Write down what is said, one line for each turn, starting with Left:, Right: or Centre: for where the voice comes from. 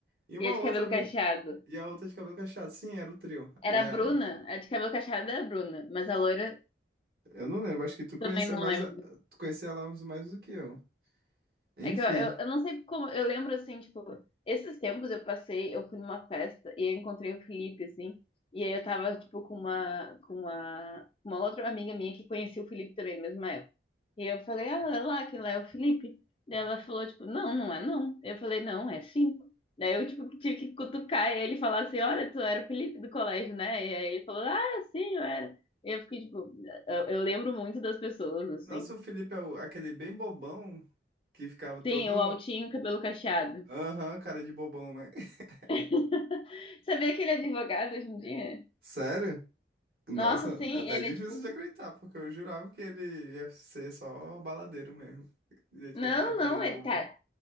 Right: E uma
Left: E a de
Right: outra.
Left: cabelo
Right: me-
Left: cacheado.
Right: E a outra de cabelo cacheado. Sim, era o trio. E
Left: Era
Right: a.
Left: a Bruna. A de cabelo cacheado era a Bruna. Mas a loira
Right: Eu não lembro, acho que tu conhecia
Left: também não
Right: mais,
Left: lembro.
Right: a- tu conhecia ela mais do que eu. Enfim.
Left: É que eu, eu, eu não sei como, eu lembro assim, tipo, esses tempos eu passei, eu fui numa festa e eu encontrei o Felipe, assim, e aí eu tava, tipo, com uma, com uma, uma outra amiga minha que conhecia o Felipe também na mesma época. E eu falei, ah, olha lá, que lá é o Felipe. Daí ela falou, tipo, não, não é não. Eu falei, não, é sim. Daí eu, tipo, tive que cutucar ele e falar assim, olha, tu era o Felipe do colégio, né? E aí ele falou, ah, sim, eu era. E eu fiquei, tipo, eu, eu lembro muito das pessoas, assim.
Right: Nossa, o Felipe é o- aquele bem bobão que ficava todo.
Left: Sim, o altinho, cabelo cacheado.
Right: Aham, cara de bobão, né? <laughs>
Left: <laughs> Sabia que ele é advogado hoje em dia?
Right: Sério? Nossa,
Left: Nossa, sim,
Right: é até
Left: ele
Right: é difícil
Left: é tipo.
Right: de acreditar, porque eu jurava que ele ia ser só baladeiro mesmo. Do jeito
Left: Não,
Right: que ele tinha cara
Left: não,
Right: de bobão.
Left: ele tá.